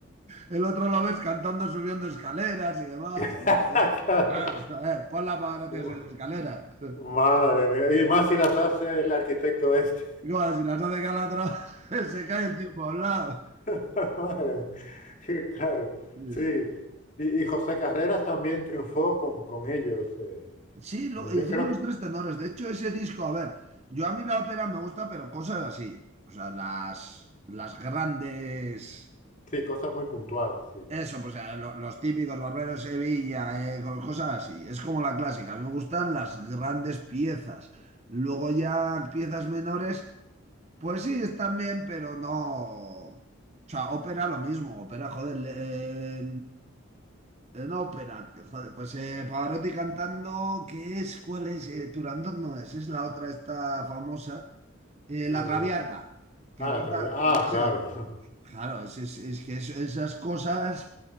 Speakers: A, on the right; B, on the left.
A: El otro lo ves cantando, subiendo escaleras y demás.
B: <laughs>
A: Y, eh,
B: Claro.
A: claro, a ver, ponla para que no
B: Uf,
A: te subir escaleras. <laughs>
B: Madre mía, y más si las hace el arquitecto este.
A: Igual, si las hace calatras, <laughs> se cae el tiempo a un lado.
B: <laughs> Madre mía. <laughs> Claro,
A: Sí,
B: sí. Y, y José Carreras también triunfó con, con ellos. eh,
A: Sí, lo,
B: eh,
A: hicieron
B: yo creo
A: los
B: que
A: tres tenores. De hecho, ese disco, a ver, yo a mí la ópera me gusta, pero cosas así. O sea, las, las grandes.
B: sí, cosas muy puntuales, sí.
A: Eso, pues eh, lo- los típicos Barberos de Sevilla, eh, co- cosas así. Es como la clásica. A mí me gustan las grandes piezas. Luego ya piezas menores. Pues sí, están bien, pero no. O sea, ópera lo mismo, ópera, joder. le- eh, eh, no ópera, te- joder, pues eh, Pavarotti cantando, ¿qué es? ¿Cuál es? Eh, Turandot no es, es la otra esta famosa, eh,
B: Eh,
A: La Traviata, que
B: ah,
A: canta,
B: la Traviata.
A: además,
B: Ah, claro.
A: eh,
B: <laughs>
A: claro, es, es- es que es- esas cosas,